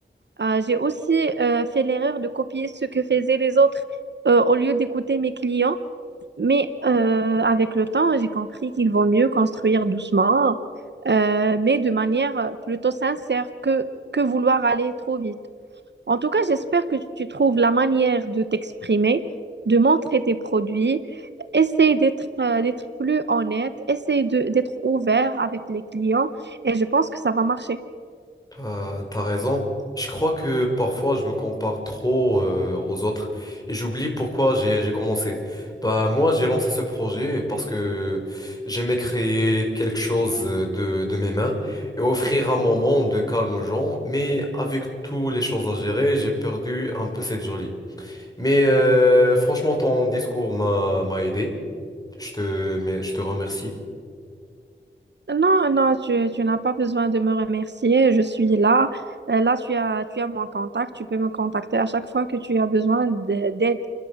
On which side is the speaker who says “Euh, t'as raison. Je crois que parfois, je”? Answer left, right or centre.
Left